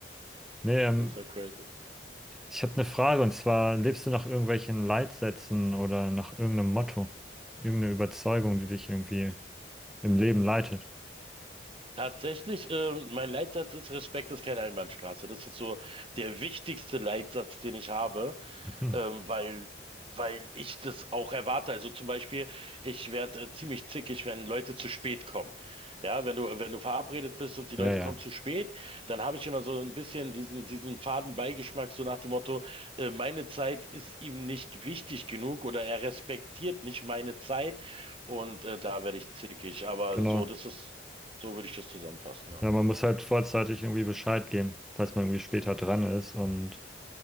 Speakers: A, in the centre; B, on the right.
A: Nee, ähm,
B: das ist ja crazy.
A: ich habe eine Frage und zwar, lebst du nach irgendwelchen Leitsätzen oder nach irgendeinem Motto? Irgendeine Überzeugung, die dich irgendwie im Leben leitet?
B: Tatsächlich, ähm, mein Leitsatz ist, Respekt ist keine Einbahnstraße. Das ist so der wichtigste Leitsatz, den ich habe,
A: Mhm.
B: ähm, weil, weil ich das auch erwarte. Also zum Beispiel, ich werde äh, ziemlich zickig, wenn Leute zu spät kommen. Ja, wenn du, wenn du verabredet bist und die
A: Ja,
B: Leute
A: ja,
B: kommen zu spät, dann habe ich immer so ein bisschen diesen, diesen faden Beigeschmack, so nach dem Motto, äh, meine Zeit ist ihm nicht wichtig genug oder er respektiert nicht meine Zeit und äh, da werde ich zickig. Aber
A: genau.
B: so, das ist so würde ich das zusammenfassen, ja.
A: Ja, man muss halt vorzeitig irgendwie Bescheid geben, falls man irgendwie später dran ist. Und